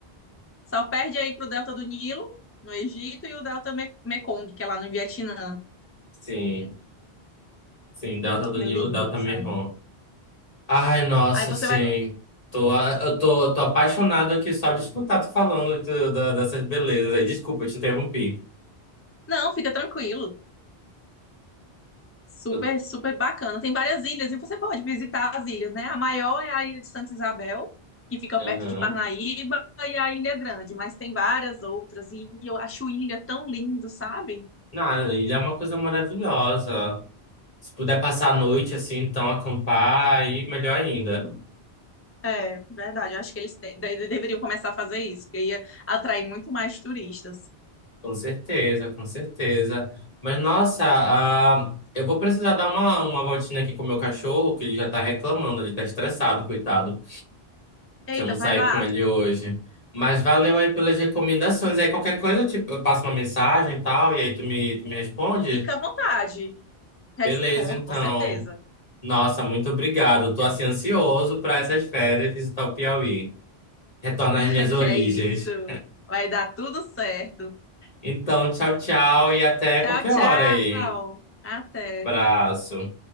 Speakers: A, on the left (about 20°); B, on the left (about 35°).
A: Só perde aí pro delta do Nilo, no Egito, e o delta Me- Mekong, que é lá no Vietnã.
B: Sim, sim, Delta do Nilo,
A: É lindo,
B: Delta
A: sabe?
B: Mekong. Ai, nossa,
A: Aí você
B: sim.
A: vai.
B: Tô, a- eu tô, tô apaixonado aqui só de escutar tu falando do- da- dessas belezas aí. Desculpa, te interrompi.
A: Não, fica tranquilo. Super,
B: Eu,
A: super bacana. Tem várias ilhas e você pode visitar as ilhas, né? A maior é a ilha de Santa Isabel, que fica
B: aham.
A: perto de Parnaíba, e a Ilha Grande, mas tem várias outras. E eu acho ilha tão lindo, sabe?
B: Não, ele é uma coisa maravilhosa. Se puder passar a noite assim, então acampar, aí melhor ainda.
A: É, verdade. Eu acho que eles te- de- deveriam começar a fazer isso, que ia atrair muito mais turistas.
B: Com certeza, com certeza. Mas nossa, ah, eu vou precisar dar uma, uma voltinha aqui com o meu cachorro, que ele já tá reclamando, ele tá estressado, coitado, que
A: Eita,
B: eu não saí
A: vai lá,
B: com ele hoje. Mas valeu aí pelas recomendações. Aí qualquer coisa, tipo, eu passo uma mensagem e tal, e aí tu me, tu me responde?
A: fica à vontade. Respondo
B: Beleza, então.
A: com certeza.
B: Nossa, muito obrigado. Tô
A: Não.
B: assim ansioso para essas férias visitar o Piauí. Retornar
A: <laughs>
B: às minhas origens.
A: Que é isso. Vai dar tudo certo.
B: Então, tchau, tchau e até
A: Tchau,
B: qualquer
A: tchau.
B: hora aí.
A: Até.
B: Abraço.